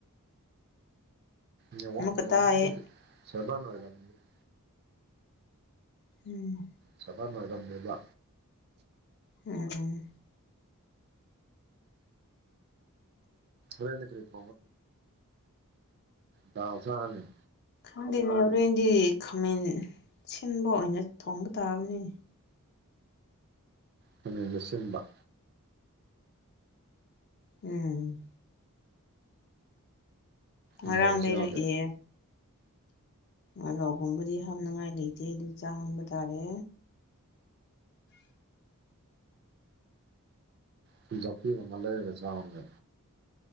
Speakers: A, on the right; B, on the left.
A: ꯃ ꯋꯥ
B: ꯑꯃꯨꯛꯀ
A: ꯏꯔꯝꯃꯤꯗꯗꯤ
B: ꯇꯥꯏꯌꯦ
A: ꯁꯔꯕꯥ ꯏꯔꯝꯅꯤꯗꯤ
B: ꯎꯝ
A: ꯆꯕꯅ ꯑꯣꯏꯔꯝꯃꯦꯕ
B: ꯎꯝ
A: ꯔꯅ ꯀꯔꯤꯉ ꯆꯥꯦ
B: ꯈꯪꯗꯦꯅꯦ ꯍꯣꯔꯦꯟꯦꯟꯗꯤ ꯈꯥꯃꯦꯟ ꯁꯤꯟꯕ ꯑꯣꯏꯅ ꯊꯣꯡꯕ ꯇꯥꯕꯅꯤꯅꯦ
A: ꯈꯃꯦꯟꯅꯆꯤꯡꯕ
B: ꯎꯝ ꯉꯔꯥꯡ
A: ꯃꯣꯔꯣꯛꯁꯨ
B: ꯂꯩꯔꯛꯑꯦ
A: ꯌꯥꯎꯗꯦ
B: ꯑꯂꯨꯒꯨꯝꯕꯗꯤ ꯍꯥꯞꯅꯤꯡꯉꯥꯏ ꯂꯩꯇꯦ ꯑꯗꯨ ꯆꯥꯍꯟꯕ ꯇꯥꯔꯦ
A: ꯊꯨꯝꯌꯥꯛꯄꯤ ꯑꯃꯥ ꯂꯩꯔꯒꯥ ꯆꯥꯎꯅꯦ